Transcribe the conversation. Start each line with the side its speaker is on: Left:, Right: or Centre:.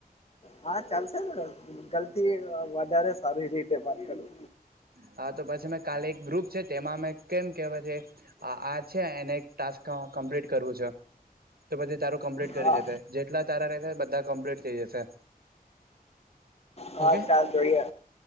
Left: હા, ચાલશેને, ગલ થી વધારે સારી રીતે વાત કરું.
Right: હા, તો પછી મે કાલે એક ગ્રુપ છે, તેમાં મેં કેમ કેવા છે. આ છે, એને ટાસ્ક કમ્પ્લીટ કરવું છે. તો પછી, તારું કમ્પ્લીટ કરી
Left: હા
Right: દેશે. જેટલા તારા રહેશે બધા કમ્પ્લીટ થઇ જશે.
Left: હાલ
Right: ઓકે
Left: ચાલ જોઈએ,